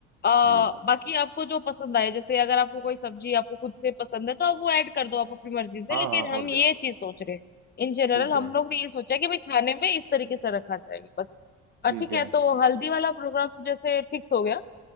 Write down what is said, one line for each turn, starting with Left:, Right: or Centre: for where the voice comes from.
Left: आ,
Right: जी
Left: बाकी आपको जो पसंद आए जैसे अगर आपको कोई सब्जी आपको खुद से पसंद है तो आप वो ऐड कर दो आप अपनी मर्जी से
Right: हाँ
Left: लेकिन
Right: हाँ
Left: हम
Right: और क्या
Left: ये चीज सोच रहे हैं इन जनरल
Right: ठीक
Left: हम
Right: है
Left: लोग ने ये सोचा है कि भाई खाने में इस तरीके से रखा जाएगा बस और
Right: ठीक
Left: ठीक
Right: है
Left: है तो हल्दी वाला प्रोग्राम तो जैसे फिक्स हो गया